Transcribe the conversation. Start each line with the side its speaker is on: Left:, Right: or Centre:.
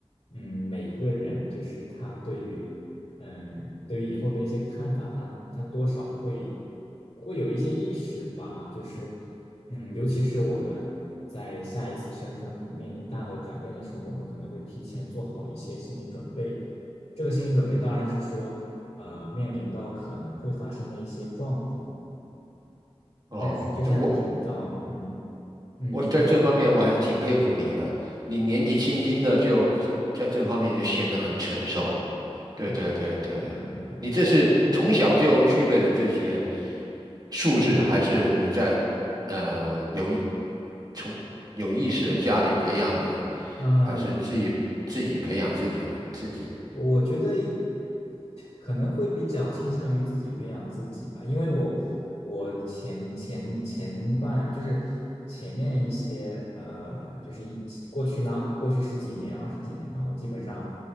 Left: 嗯，每一个人就是他对于。嗯，呃对于以后的一些看法，他他多少会会有一些意识吧，就是，嗯，尤其是我们在下一次身份面临大的转变的时候，我们可能会提前做好一些心理准备。这个心理准备当然是说，呃，面临到可能会发生的一些状况，
Right: 哦，
Left: 但是就像你提到，
Right: 我嗯。
Left: 嗯，嗯你说，
Right: 我在这方面我还是挺佩服你的，你年纪轻轻的就在这方面就显得很成熟。对对对对，
Left: 啊、嗯嗯嗯，
Right: 你这是从小就具备了这些
Left: 我，
Right: 素质，
Left: 嗯
Right: 还是你在呃有意从有意识的家里培养你，
Left: 嗯。
Right: 还是自己自己培养自己呢？自己。
Left: 我觉得可能会比较倾向于自己培养自己吧，因为我我前前前半就是前面一些呃，就是一过去那过去十几年、二十几年嘛，我基本上